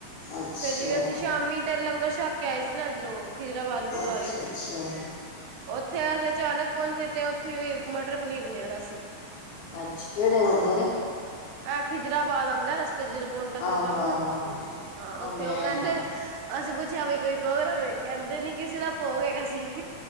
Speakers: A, on the left; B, on the right.
A: ਅੱਛਾ
B: ਫੇਰ ਜਿਵੇਂ ਅਸੀਂ ਸ਼ਾਮੀ ਤੇ ਲੰਗਰ ਛਕ ਕੇ ਆਏ ਸੀ ਨਾ ਏਧਰੋਂ। ਖਿਜਰਾਬਾਦ ਗੁਰਦੁਆਰੇਓ।
A: ਅੱਛਾ ਅੱਛਾ
B: ਓਥੇ ਅਸੀ ਅਚਾਨਕ ਪਹੁੰਚੇ ਤੇ ਓਥੇ ਵੀ ਮਟਰ ਪਨੀਰ ਬਣਿਆ ਦਾ ਸੀ।
A: ਅੱਛਾ ਕੇੜੇ ਗੁਰਦੁਆਰੇ।
B: ਐ ਖਿਜਰਾਬਾਦ ਆਂਦਾ ਰਸਤੇ ਚ। ਜਦੋ ਪੋਂਟਾ ਸੈਬ
A: ਆਹੋ
B: ਜਾਓ ਨਾ।
A: ਆਹੋ
B: ਹਾਂ
A: ਆਉਂਦਾ
B: ਓਥੇ ਓ ਕੈਂਦੇ ਅਸੀਂ ਪੁੱਛਿਆ ਬਈ ਕੋਈ ਪ੍ਰੋਗਰਾਮ ਏ, ਕੈਂਦੇ ਨੀ ਕਿਸੇ ਦਾ ਭੋਗ ਹੇਗਾ ਸੀਂ।